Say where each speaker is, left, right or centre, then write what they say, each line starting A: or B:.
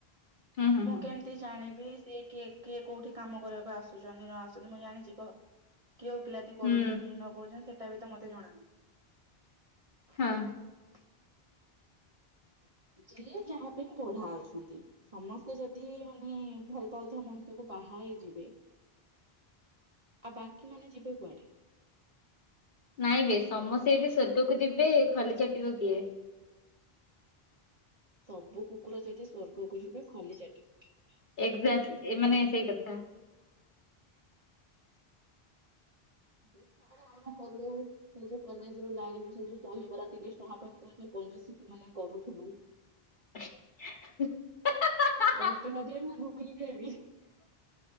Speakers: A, on the left (about 55°); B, on the right (about 35°).
A: ହୁଁ ହୁଁ
B: ମୁଁ
A: ହୁଁ
B: କେମିତି ଜାଣିବି? ସେ କି କିଏ କୋଉଠି କାମ କରିବାକୁ ଆସୁଛନ୍ତି ନ ଆସୁଛନ୍ତି ମୁଁ ଜାଣିଛି କହ। କେଉ ପିଲାତି
A: ହୁଁ
B: କରୁଛନ୍ତି ନ କରୁଛନ୍ତି? ସେଟା ବି ତ ମତେ ଜଣାନି। <inaudible>
A: ହଁ
B: ଯିଏ ଯାହା ପାଇଁ ଗଢା ଅଛନ୍ତି ସମସ୍ତେ ଯଦି ମାନେ ଭଲ ପାଉଥିବା ମଣିଷକୁ ବାହା ହେଇ ଯିବେ ଆଉ ବାକି ମାନେ ଯିବେ କୁଆଡେ
A: ନାଇଁ ବ ସମସ୍ତେ ଏଠି ସ୍ଵର୍ଗକୁ ଯିବେ ଖାଲି ଚାଟିବ କିଏ?
B: ସବୁ କୁକୁର ଯଦି ସ୍ଵର୍ଗକୁ ଯିବେ ଖଲି ଚାଟିବ କିଏ?
A: ଏକ୍ଜାଟଲି ମାନେ ସେଇ କଥା।
B: କ ଯ ଯ ଦହିବରା ତିରିଶ ଟଙ୍କା ପାଇଁ ତ ଯୋଉ କଞ୍ଜୁ ମାନେ କରୁଥିଲୁ।
A: <inaudible>
B: ଦଶଟା ବାଜ ମୁଁ ଘୁକୁ ଯବି।